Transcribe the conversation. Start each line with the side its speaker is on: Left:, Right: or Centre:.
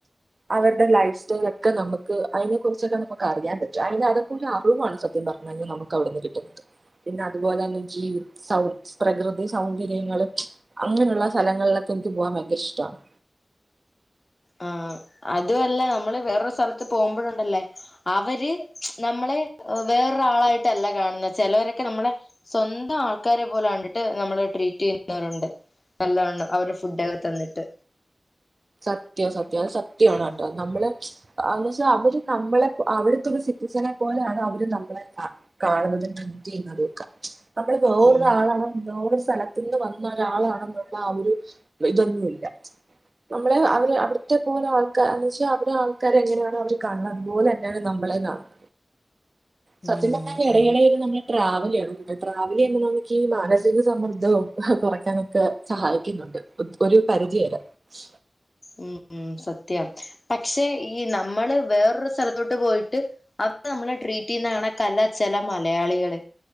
Right: അവരുടെ ലൈഫ് സ്റ്റൈല ഒക്കെ നമുക്ക് അതിനെ കുറച്ചൊക്കെ നമുക്ക് അറിയാൻ പറ്റും അ അതെ ഒരു അറിവാണ് സത്യം പറഞ്ഞ കഴിഞ്ഞാൽ നമുക്ക് അവിടുന്ന് കിട്ടുന്നത് പിന്നെ അതുപോലെ തന്നെ ജീ സൗ പ്രകൃതി സൗന്ദര്യങ്ങളും അങ്ങനെയുള്ള സ്ഥലങ്ങളിലൊക്കെ എനിക്ക് പോകാൻ ഭയങ്കര ഇഷ്ടമാണ്
Left: ആ അത അല്ല നമ്മള് വേറൊരു സ്ഥലത്ത് പോകുമ്പോഴണ്ടല്ലേ അവര് നമ്മളെ വേറൊരാളായിട്ടല്ല കാണുന്ന ചിലവരൊക്കെ നമ്മളെ സ്വന്തം ആൾക്കാരെ പോലെ കണ്ടിട്ട് നമ്മള് ട്രീറ്റ് ചെയ്യുന്നവരുണ്ട് നല്ലോണ്ണം അവരുടെ ഫുഡൊക്കെ തന്നിട്ട്
Right: സത്യ സത്യം അത് സത്യമാണ് കേട്ടോ
Left: ഉം
Right: നമ്മള് അ പ അവര് നമ്മളെ അവിടുത്തെ ഒരു സിറ്റിസനെ പോലെയാണ് അവര് നമ്മളെ കാ കാണുന്നതും ട്രീറ്റ് ചെയ്യുന്നതൊക്കെ നമ്മള് വേറൊരു
Left: ഉം
Right: ആളാണ് ലോറിസ് സ്ഥലത്തന്ന് വന്ന ഒരാളാണെന്നുള്ള ആ ഒരു ഇതൊന്നുമല്ല നമ്മളെ അവര് അവിടത്തെ പോലെ ആൾക്കാന്ന് വെച്ചാ അവവിടെ ആൾക്കാരെ എങ്ങനെയാണ് അവര് കാണുന്നത് അതുപോലെ തന്നെയാണ് നമ്മളെ കാണുന്നത് സത്യൻ
Left: ഉം
Right: പറഞ്ഞ ഇടയിടയിരുന്നു
Left: അതാ
Right: നമ്മള് ട്രാവലിയണ ട്രാവല നമുക്ക്ഈ മാനസിക സമ്മർദ്ദവും കുറയ്ക്കാനൊക്കെ സഹായിക്കുന്നുണ്ട് ഒരു പരിധി വരാം ശ
Left: ഉം സത്യം പക്ഷെ ഈ നമ്മള് വേറൊരു സ്ഥലത്തോട്ട് പോയിട്ട് അവര് നമ്മളെ ട്രീറ്റ് ചെയ്യുന്ന കാണ കല ചില മലയാളികള്